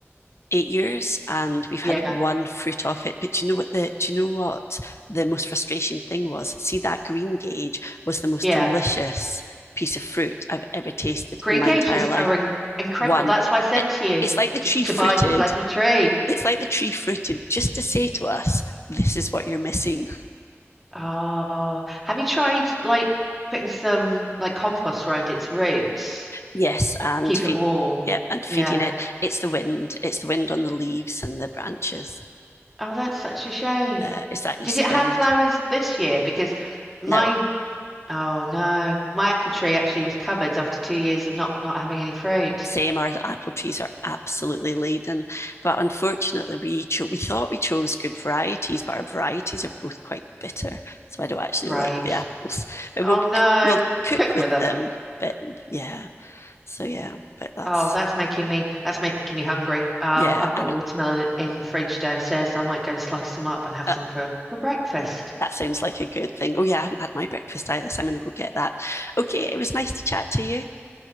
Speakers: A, on the left; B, in the centre.
A: eight years and we've
B: Yeah,
A: had one fruit off it but you know what the do you know what the most frustrating thing was see that green gauge was the most
B: yeah.
A: delicious piece of fruit i've ever tasted
B: Green
A: in my
B: gages
A: entire life
B: are in incredible.
A: one
B: That's why I said
A: it,
B: to you
A: it's like the tree
B: to to
A: fruited
B: buy the bloody tree.
A: it's like the tree fruited just to say to us this is what you're missing
B: Oh, have you tried like putting some like compost around its roots?
A: yes and
B: Keep
A: feed
B: it warm.
A: yeah and feeding
B: Yeah.
A: it it's the wind it's the wind on the leaves and the branches
B: Oh, that's such a shame.
A: uh, it's that east
B: Did it have
A: wind
B: flowers this year? Because my,
A: no
B: oh no, my apple tree actually was covered after two years of not not having any fruit.
A: same our apple trees are absolutely laden but unfortunately we cho- we thought we chose good varieties but our varieties are both quite bitter so i don't actually
B: Right.
A: like the apples but
B: Oh
A: we'll
B: no.
A: we'll cook
B: Cook
A: with
B: with them.
A: them but yeah so yeah but that's
B: Oh, that's making me that's making me hungry. Um,
A: yeah
B: I've got
A: i mean
B: a watermelon in the fridge downstairs, so I might go and slice some up and have
A: uh,
B: some for for breakfast.
A: that sounds like a good thing oh yeah i haven't had my breakfast either so i'm going to go get that okay it was nice to chat to you